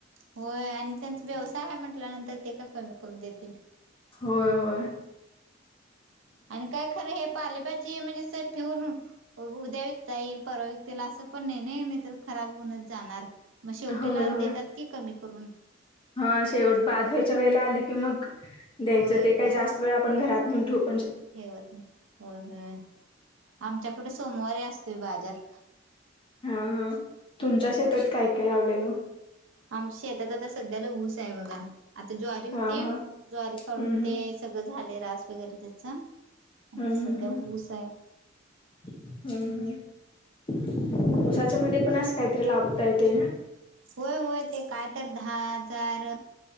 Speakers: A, on the right; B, on the left.
A: होय आणि त्यांचा व्यवसाय आहे म्हण त्यानंतर ते का कमी करून देतील
B: होय होय.
A: आणि काय खरं हे. पा ले भाजीम्हणजे ठेवून उद्या विकता येईल परवा विकता असं पण नाही तर ख ब जाणार मग शेवटीला
B: होय होय
A: देतात की कमी करून.
B: हा शेवट बाज व्यायच्या वेळेला आले की मग द्यायचं
A: होय
B: ते
A: बात
B: काय जास्त वेळ आपण घरात म्हून ठोक
A: ठेवत नाही हो हो आमच्याकडे सोमवारी असतोय बाजार
B: हा हा
A: हम्म
B: तुमच्या शेतात काय काय लावलंय मग
A: आमच्या शेतात आता सध्याला ऊस आहे बघा. आता ज्वारी होती
B: हा हा
A: ज्वारी
B: हम्म
A: काढून ते
B: हम्म
A: सगळं झाले रास वगैरे त्याच आता
B: हम्म
A: सध्या
B: हम्म
A: ऊस आहे.
B: हम्म हम्म उसाच्या मध्ये पण अस काहीतरी लाभता येते ना
A: होय होय ते काय तर दहा हजार अ